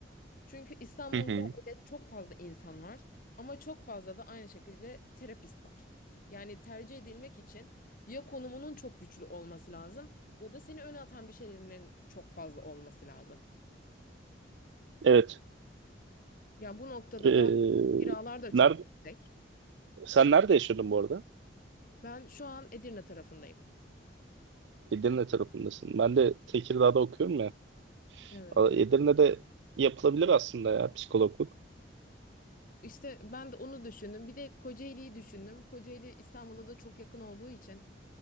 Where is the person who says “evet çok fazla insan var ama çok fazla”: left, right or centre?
Left